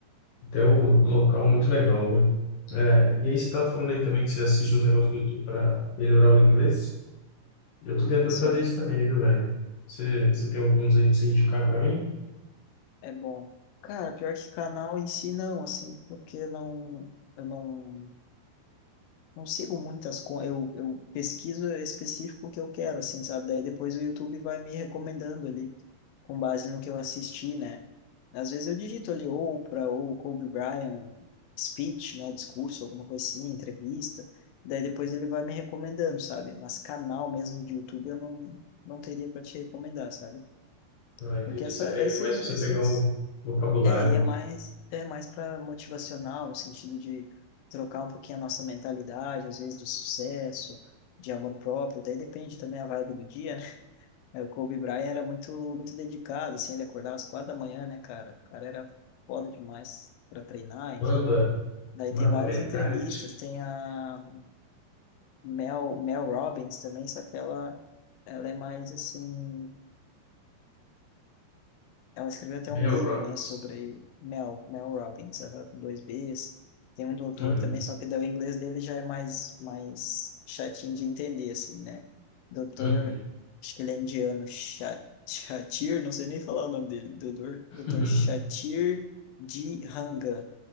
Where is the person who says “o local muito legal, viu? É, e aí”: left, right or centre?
Left